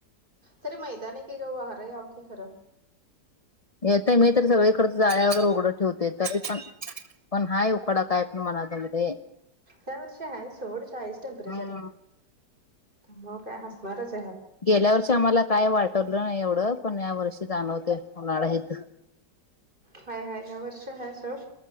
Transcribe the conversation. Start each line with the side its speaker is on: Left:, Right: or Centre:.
Right: तरी मैदान आहे की ग वार याव की खर
Left: येतय मी तरी सगळीकडच्या जाळ्या वगैरे उघडं ठेवतोय तरी पण पण हाय उकाडा काय पण मना ताई
Right: हया वर्षी आहे सोड चाळीस टेंपरेचर
Left: हम्म.
Right: आहे. मग काय हसणारच कि
Left: गेल्या वर्षी आम्हाला काय वाटलं नाही एवढं पण या वर्षी जाणवते उन्हाळा इथ.
Right: हाय हाय ह्या वर्षी हाय सोड